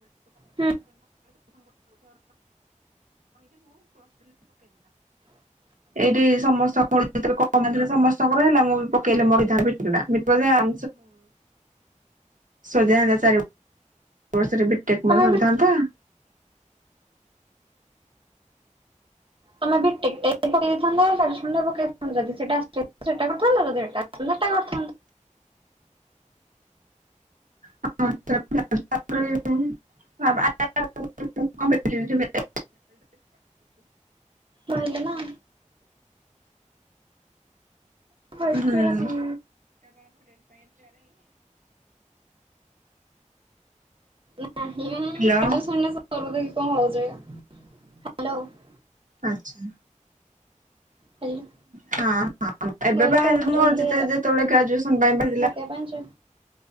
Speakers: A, on the right; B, on the right.
A: ହୁଁ
B: ଏଇଠି ସମସ୍ତ ମ <inaudible> ସମସ୍ତଙ୍କର ହେଲା ମୁଁ ବି ପକେଇଲେ ମୋର ଏଇ ବୋଧେ <inaudible> ସରିଥାନ୍ତା, ଚାରି ବର୍ଷରେ ବିଟେକ୍
A: ତମେ
B: ମୋର ସରିଥାନ୍ତା।
A: ବି ତମେ ବିଟେକ୍ ଟା ବି ପକେଇ ଦେଇଥାନ୍ତ। ଗ୍ରାଜୁଏସନ୍ ଟା ପକେଇଥାନ୍ତ ଯଦି ସେଟା ଆସିଥାନ୍ତା ସେଟା କରିଥାନ୍ତ। ଯଦି ଏଇଟା ଆସିଥାନ୍ତା ଏଇଟା କରିଥାନ୍ତ।
B: <unintelligible>
A: ରହିଲେ ନା। ଭଏସ
B: ହୁଁ।
A: କ୍ଲିୟର ଆସୁନି
B: <inaudible>
A: <inaudible>
B: ହ୍ୟାଲୋ
A: ହାଲୋ।
B: ଆଛା।
A: ହ୍ୟାଲୋ
B: ହଁ, ହଁ ଏବେ
A: ଘରେ
B: ବାହାରିଲି
A: କହୁଛନ୍ତି
B: ମୋ ଯେତେବେଳେ ଗ୍ରାଜୁଏସନ ପାଇଁ ବାହାରିଲା
A: ପାଞ୍ଚ।